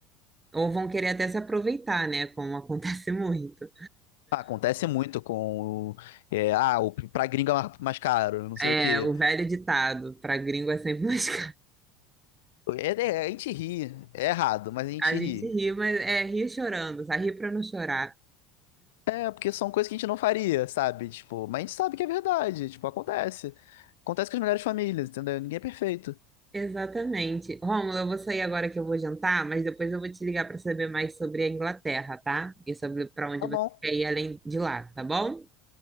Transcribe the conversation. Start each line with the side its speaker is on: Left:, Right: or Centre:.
Right: ou vão querer até se aproveitar, né? Como acontece <laughs> muito
Left: Ah, acontece muito com, é, ah, o, pra gringa é mais mais caro, não sei
Right: É,
Left: o quê.
Right: o velho ditado, pra gringo é sempre mais <laughs> caro.
Left: É- é- a gente ri, é errado, mas a gente
Right: A gente
Left: ri.
Right: ri, mas é ri chorando, sabe? Ri pra não chorar.
Left: É, porque são coisas que a gente não faria, sabe? Tipo, mas a gente sabe que é verdade, tipo, acontece. Acontece com as melhores famílias, entendeu? Ninguém é perfeito.
Right: Exatamente. Rômulo, eu vou sair agora que eu vou jantar, mas depois eu vou te ligar pra saber mais sobre a Inglaterra, tá? E sobre pra onde
Left: Tá
Right: você
Left: bom.
Right: quer ir além de lá, tá bom?